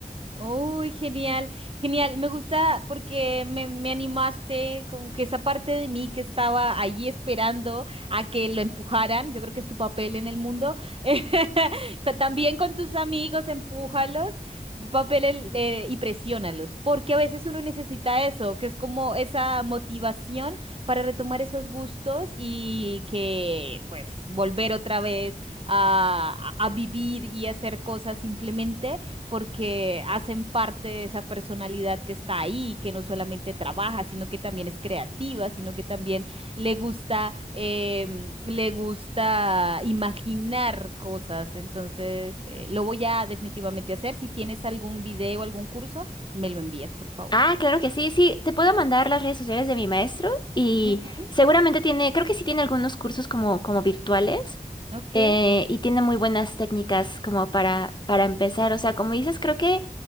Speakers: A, on the right; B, on the left.
A: Uy, genial, genial. Me gusta porque me, me animaste, como que esa parte de mí que estaba allí esperando a que lo empujaran. Yo creo que es tu papel en el mundo. <laughs> Co- También con tus amigos, empújalos, tu papel el- eh, y presiónalos, porque a veces uno necesita eso, que es como esa motivación para retomar esos gustos y que, pues, volver otra vez a, a a vivir y hacer cosas simplemente porque hacen parte de esa personalidad que está ahí, que no solamente trabaja, sino que también es creativa, sino que también le gusta, em, le gusta imaginar cosas. Entonces, eh, lo voy a definitivamente hacer. Si tienes algún video, algún curso, me lo envías, por favor.
B: Ah, claro que sí, sí, te puedo mandar las redes sociales de mi maestro y
A: Ujú,
B: seguramente tiene, creo que sí tiene algunos cursos como, como virtuales.
A: Ok.
B: eh, y tiene muy buenas técnicas como para, para empezar. O sea, como dices, creo que